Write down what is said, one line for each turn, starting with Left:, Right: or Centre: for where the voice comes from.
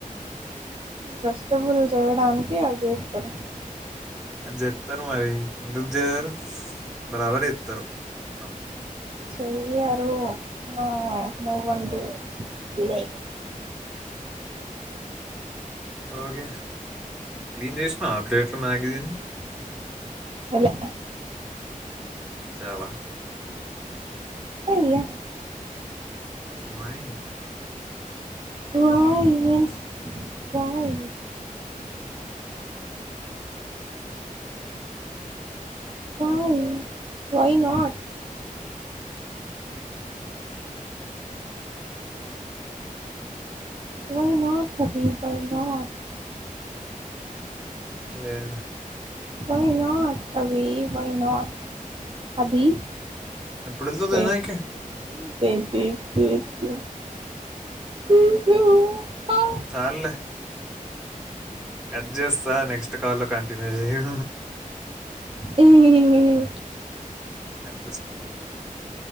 Right: ట్రస్టబుల్ చేయడానికి అజేస్తరు
Centre: అది చేత్తరు మరి ఎందుకు చేయరు బరాబర్ చేత్తరు మొత్తం
Right: చెయ్యరూ నా నువ్వండి లే
Centre: ఓకే క్లీన్ చేసినవా ప్లేట్లు మ్యాగీ తిని
Right: చేయలే
Centre: చెయ్వ.
Right: చెయ్య.
Centre: వై.
Right: Why means why. ఆయ్ వైనాట్. వై నాట్ అభి వై నాట్
Centre: లేదూ
Right: వై నాట్ అభి వై నాట్ అభి
Centre: ఎప్పుడు వెళ్తుంది తినడానికి
Right: ఏబ్బీ బేబీ బేబీ ఇ ఓ హ
Centre: చాల్లె. కడ్ జేస్తా నెక్స్ట్ కాల్లొ కంటిన్యూ జెయ్యు.
Right: ఎందుకు
Centre: కడ్ జెస్త.